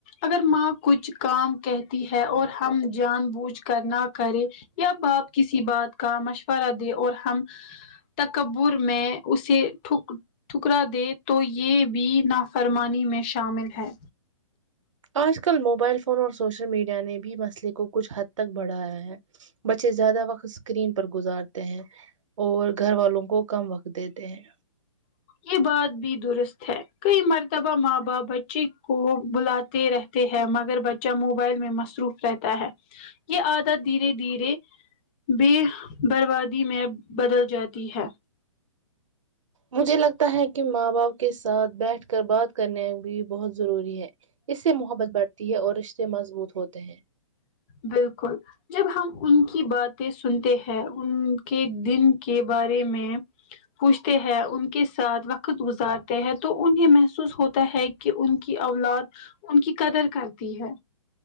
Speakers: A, on the left; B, on the right.
A: اگر ماں کچھ کام کہتی ہے اور ہم جان بوجھ کرنا کرے یا باپ کسی بات کا مشورہ دی اور ہم تک کبور میں اسے ک ٹھکرا د تو یہ بھی نہ فرمانی میں شامل ہے
B: آج کل موبائل فون اور سوشل میڈیا نے بھی مسئلے کو کچھ حد تک بڑھایا ہے بچے زیادہ وقت اسکرین پر گزارتے ہیں اور گھر والوں کو کم وقت دیتے ہیں
A: یہ بات بھی درست ہے کئی مرتبہ ماں باپ بچے کو بلاتے رہتے ہیں مگر بچہ موبائل میں مصروف رہتا ہے یہ عادت دھیرے دھیرے بے بربادی میں بدل جاتی ہے
B: مجھے لگتا ہے کہ ماں باپ کے ساتھ بیٹھ کر بات کرنے بھی بہت ضروری ہے اس سے محبت بڑھتی ہے اور رشتے مضبوط ہوتے ہیں
A: بالکل جب ہم ان کی باتیں سنتے ہیں ان کے دن کے بارے میں پوچھتے ہیں ان کے ساتھ وقت گزارتے ہیں تو انہیں محسوس ہوتا ہے کہ ان کی اولاد ان کی قدر کرتی ہے